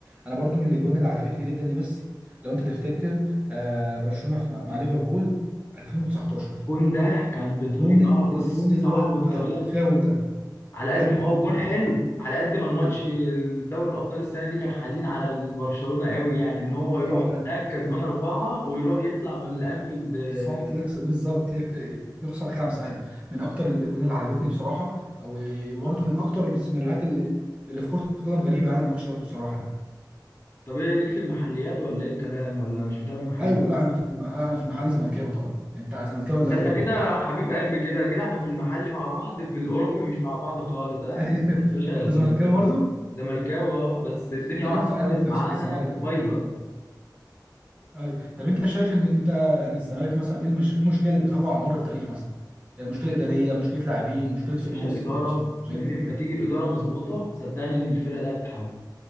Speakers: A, on the right; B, on the left.
A: انا برضو من الاجوان اللي عجبتني جدا لميسي لو انت تفتكر آه برشلونه في... مع مع ليفربول 2019
B: كون ده كان بطريقه
A: الجون ال-
B: بص
A: الجون اللي
B: صعب
A: هو ال-
B: بطريقه
A: ايوه الفاول ده
B: على
A: بجد
B: قد ما هو الجون حلو على قد ما الماتش
A: أيوه.
B: دوري الابطال السنه دي كان حزين على برشلونه قوي يعني ان هو
A: بالظبط
B: يروح
A: ايوه
B: هناك كسبان
A: من
B: اربعه ويروح يطلع من الانفيلد آه،
A: بالظبط يكسب بالظبط يك- يخسر خمسه ايوه من اكتر الاجوان اللي عجبتني بصراحه وبرده من اكتر السيناريوهات اللي اللي في كره القدم غريبه يعني الماتش ده بصراحه يعني.
B: طب ايه ليك في المحليات ولا ايه الكلام ولا مش متابع محلي
A: ايوه لا انا في الم... لا انا في المحل زملكاوي طبعا انت زملكاوي
B: ده
A: ولا اهلاوي؟
B: انت كده حبيب قلبي كده كده احنا في المحل مع بعض في الاوروبي مش مع بعض خالص لا
A: <laughs>
B: في المحل يا باشا
A: انت
B: زملكاوي
A: زملكاوي برضه؟
B: زملكاوي آه، بس الدنيا
A: طب
B: واقعه
A: ينفع يعني
B: خالص
A: اللي بيحصل
B: معانا
A: للزمالك ده طيب؟
B: بايظه
A: ايوه طب انت شايف ان انت يعني الزمالك مثلا ايه المش... إيه المشكله اللي بتواجهه على مر التاريخ مثلا؟ يعني مشكله اداريه، مشكله لاعبين، مشكله فلوس،
B: يا باشا الاداره
A: بت... شايف
B: منين
A: ايه؟
B: ما تيجي الاداره مظبوطه صدقني ان الفرقه دي هتتحول